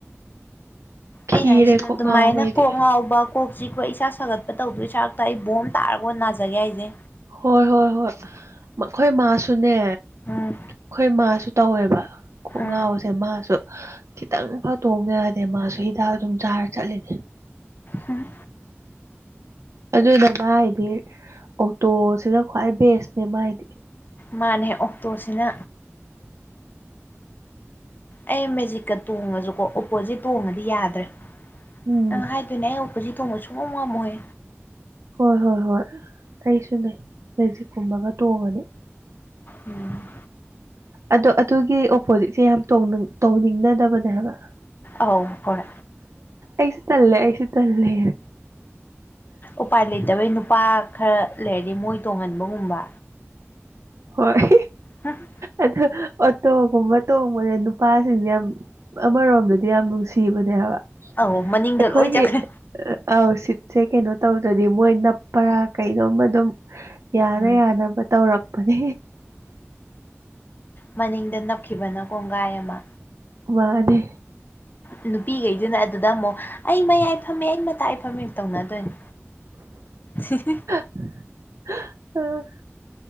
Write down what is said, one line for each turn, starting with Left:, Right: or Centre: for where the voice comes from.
Right: ꯈꯤꯔꯦ
Left: ꯑꯩꯅ ꯍꯥꯏꯁꯤꯅ
Right: ꯀꯣꯛ
Left: ꯑꯗꯨꯃꯥꯏꯅ
Right: ꯉꯥꯎꯕ ꯑꯩꯗꯤ
Left: ꯀꯣꯛ ꯉꯥꯎꯕ ꯀꯣꯛꯁꯤ ꯑꯩꯈꯣꯏ ꯏꯁꯥ ꯁꯥꯒꯠꯄ ꯇꯧꯗꯣꯏ ꯏꯁꯥꯔꯛꯇ ꯑꯩ ꯕꯣꯝ ꯇꯥꯔꯒ ꯅꯥꯖꯒꯦ ꯍꯥꯏꯁꯦ
Right: ꯍꯣꯏ ꯍꯣꯏ ꯍꯣꯏ ꯑꯩꯈꯣꯏ ꯃꯥꯁꯨꯅꯦ
Left: ꯎꯝ
Right: ꯑꯩꯈꯣꯏ ꯃꯥꯁꯨ ꯇꯧꯋꯦꯕ ꯀꯣꯛ
Left: ꯎꯝ
Right: ꯉꯥꯎꯁꯦ ꯃꯥꯁꯨ ꯈꯤꯇꯪ ꯐꯥꯎꯇꯣꯡꯅꯔꯗꯤ ꯃꯥꯁꯨ ꯍꯤꯗꯥꯛ ꯑꯗꯨꯝ ꯆꯥꯔ ꯆꯠꯂꯤꯅꯦ
Left: ꯍꯨꯝ
Right: ꯑꯗꯨ ꯅꯃꯥ ꯍꯥꯏꯗꯤ ꯑꯣꯛꯇꯣꯁꯤꯅ ꯈ꯭ꯋꯥꯏ ꯕꯦꯁꯅꯦ ꯃꯥꯏꯗꯤ
Left: ꯃꯥꯅꯦ ꯑꯣꯛꯇꯣꯁꯤꯅ ꯑꯩ ꯃꯦꯖꯤꯛꯀꯥ ꯇꯣꯡꯉꯁꯨꯀꯣ ꯑꯣꯄꯣꯖꯤꯠ ꯇꯣꯡꯉꯗꯤ ꯌꯥꯗ꯭ꯔꯦ
Right: ꯎꯝ
Left: ꯑꯪ ꯍꯥꯏ ꯑꯗꯨꯅꯦ ꯑꯩ ꯑꯣꯄꯣꯖꯤꯠ ꯇꯣꯡꯕ ꯁꯨꯝꯉꯝ ꯉꯃꯣꯏ
Right: ꯍꯣꯏ ꯍꯣꯏ ꯍꯣꯏ ꯑꯩꯁꯨꯅꯦ ꯃꯦꯖꯤꯛꯀꯨꯝꯕꯒ ꯇꯣꯡꯉꯗꯤ
Left: ꯎꯝ
Right: ꯑꯗꯣ ꯑꯥ ꯑꯗꯨꯒꯤ ꯑꯣꯄꯣꯖꯤꯠꯁꯦ ꯌꯥꯝ ꯇꯣꯡꯅꯤꯡ ꯇꯣꯡꯅꯤꯡꯅꯗꯕꯅꯦꯕ
Left: ꯑꯥꯎ ꯍꯣꯏ
Right: ꯑꯩꯁꯨ ꯇꯂꯦ ꯑꯩꯁꯨ ꯇꯂꯦꯅ
Left: ꯎꯄꯥꯏ ꯂꯩꯇꯕꯩ ꯅꯨꯄꯥ ꯈꯔ ꯂꯩꯔꯗꯤ ꯃꯣꯏ ꯇꯣꯡꯍꯟꯕꯒꯨꯝꯕ
Right: ꯍꯣꯏ
Left: ꯎꯝ
Right: ꯑ ꯑꯣꯇꯣꯒꯨꯝꯕ ꯇꯣꯡꯕꯗ ꯅꯨꯄꯥꯁꯤꯡꯁꯦ ꯌꯥꯝ ꯑꯃꯔꯣꯝꯗꯗꯤ ꯌꯥꯝ ꯅꯨꯡꯁꯤꯕꯅꯦ ꯍꯥꯏꯕ
Left: ꯑ ꯃꯅꯤꯡꯗ
Right: ꯑꯩꯈꯣꯏꯒꯤ
Left: ꯂꯣꯏ ꯆꯠꯈ꯭ꯔꯦ
Right: ꯑꯥꯎ ꯁꯤꯠꯁꯦ ꯀꯩꯅꯣ ꯇꯧꯗ꯭ꯔꯗꯤ ꯃꯣꯏ ꯅꯞꯄꯔꯥ ꯀꯩꯅꯣꯝ ꯑꯗꯨꯝ ꯌꯥꯅ
Left: ꯎꯝ
Right: ꯌꯥꯅꯕ ꯇꯧꯔꯛꯄꯅꯦ
Left: ꯃꯅꯤꯡꯗ ꯅꯞꯈꯤꯕꯅ ꯀꯣꯡꯒꯥꯏ ꯑꯃ
Right: ꯋꯥꯗꯦ
Left: ꯎ ꯅꯨꯄꯤꯈꯩꯗꯨꯅꯦ ꯑꯗꯨꯗ ꯑꯃꯨꯛ ꯑꯩ ꯃꯌꯥꯏ ꯐꯝꯃꯦ ꯑꯩ ꯃꯇꯥꯏ ꯏ ꯐꯝꯃꯦ ꯇꯧꯅꯗꯣꯏꯅꯦ ꯁꯤꯕꯤ <unintelligible>
Right: ꯑꯣ <unintelligible>